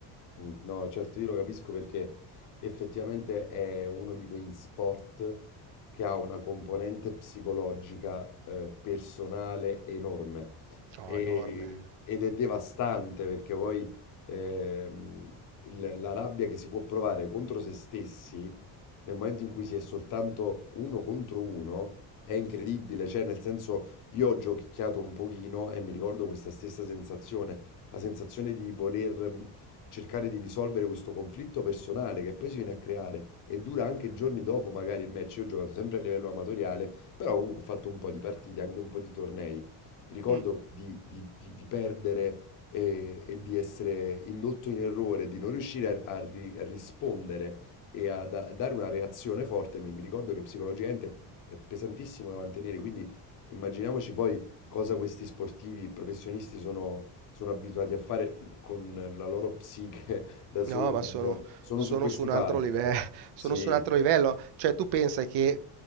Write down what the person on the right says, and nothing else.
No,
enorme.
Mm.
No, ma
sono,
sono
su un
altro livello, <laughs>
sono su un altro livello. Cioè, tu pensa che